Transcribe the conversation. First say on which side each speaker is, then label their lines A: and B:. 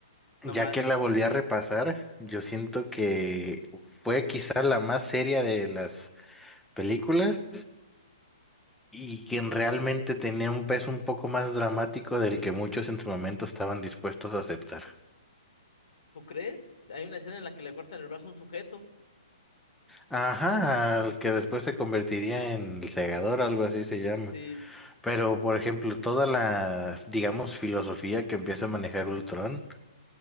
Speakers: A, on the left; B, in the centre.
A: Nomás,
B: Ya que la volví a repasar, yo siento que fue quizá la más seria de las películas y quien realmente tenía un peso un poco más dramático del que muchos en su momento estaban dispuestos a aceptar.
A: ¿tú crees? Hay una escena en la que le cortan el brazo a un sujeto.
B: Ajá, al que después se convertiría en el segador, algo así se llama.
A: Sí,
B: Pero, por ejemplo, toda la, digamos, filosofía que empieza a manejar Ultron,